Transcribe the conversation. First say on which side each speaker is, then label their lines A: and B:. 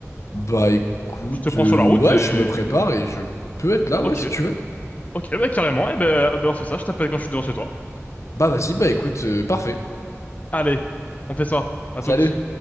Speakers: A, on the left (about 65°); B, on the left (about 30°).
A: Bah, écoute,
B: Je te prends
A: euh,
B: sur la
A: ouais,
B: route et
A: je me prépare et je peux être là, ouais,
B: ok,
A: si tu veux.
B: ok, bah carrément. Et ben ben on fait ça. Je t'appelle quand je suis devant chez toi.
A: Bah, vas-y, bah, écoute, euh, parfait.
B: Allez, on fait ça. À
A: Salut.
B: toutes.